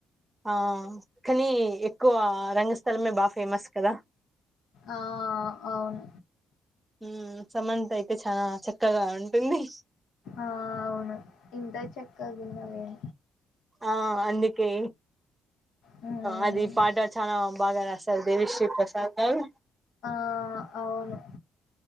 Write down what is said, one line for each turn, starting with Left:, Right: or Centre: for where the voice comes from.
Right: ఆ కనీ ఎక్కువ రంగస్థలమే బా ఫేమస్ కదా
Left: ఆ ఔన్
Right: హ్మ్ సమంత అయితే చానా చక్కగ ఉంటుంది
Left: ఆ ఔను ఇంతా చెక్కగున్నవెం
Right: ఆ అందుకే
Left: హ్మ్
Right: అది పాట చానా బాగా రాసారు దేవిశ్రీ ప్రసాద్ గారు
Left: ఆ ఔను